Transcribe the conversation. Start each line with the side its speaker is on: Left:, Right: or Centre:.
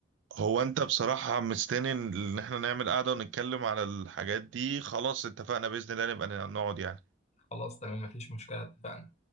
Right: هو انت بصراحة مستني ان احنا نعمل قعدة ونتكلم على الحاجات دي خلاص اتفقنا بإذن الله نبقى نقعد يعني
Left: خلاص تمام مفيش مشكله اتفقنا